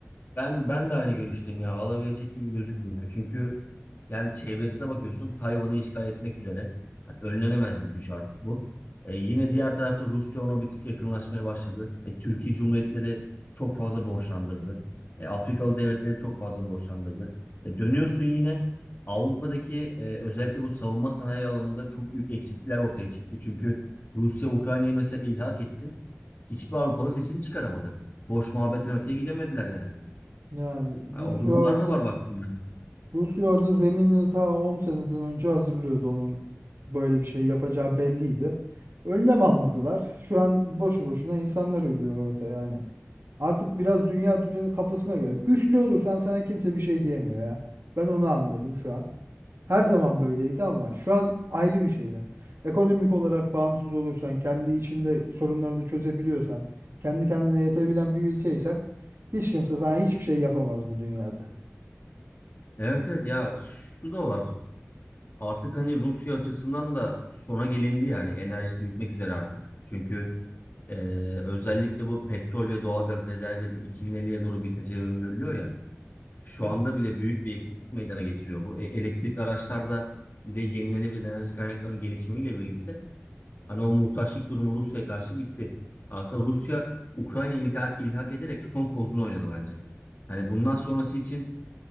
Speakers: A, on the left (about 45°); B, on the right (about 60°).
A: Ben ben de aynı görüşteyim ya. Alabilecek gibi gözükmüyor. Çünkü yani çevresine bakıyorsun Tayvan'ı işgal etmek üzere. Yani önlenemez bir güç artık bu. E, yine diğer tarafta Rusya ona bir tık yakınlaşmaya başladı. E, Türkiye Cumhuriyetleri çok fazla borçlandırdı. E, Afrikalı devletleri çok fazla borçlandırdı. E, dönüyorsun yine Avrupa'daki e, özellikle bu savunma sanayi alanında çok büyük eksiklikler ortaya çıktı. Çünkü Rusya Ukrayna'yı mesela ilhak etti. Hiçbir Avrupalı sesini çıkaramadı. Boş muhabbetten öteye gidemediler yani.
B: Yani
A: Ha,
B: Rusya
A: o durumlar
B: orada
A: da var baktığında.
B: Rusya orada zeminini ta 10 seneden önce hazırlıyordu. Onun böyle bir şey yapacağı belliydi. Önlem almadılar. Şu an boşu boşuna insanlar ölüyor orada yani. Artık biraz dünya düzeni kafasına göre. Güçlü olursan sana kimse bir şey diyemiyor ya. Ben onu anladım şu an. Her zaman böyleydi ama şu an ayrı bir şey ya. Ekonomik olarak bağımsız olursan, kendi içinde sorunlarını çözebiliyorsan, kendi kendine yetebilen bir ülkeysen hiç kimse sana hiçbir şey yapamaz bu dünyada.
A: Evet evet ya şu da var. Artık hani Rusya açısından da sona gelindi yani enerjisi gitmek üzere artık. Çünkü e, özellikle bu petrol ve doğalgaz rezervlerinin 2050'ye doğru biteceği öngörülüyor ya. Şu
B: Ya-
A: anda bile büyük bir eksiklik meydana getiriyor bu. E, elektrikli araçlarda bir de yenilenebilir enerji kaynaklarının gelişimiyle birlikte hani o muhtaçlık durumu Rusya'ya karşı bitti. Aslında Rusya Ukrayna'yı ilha- ilhak ederek son kozunu oynadı bence. Hani bundan sonrası için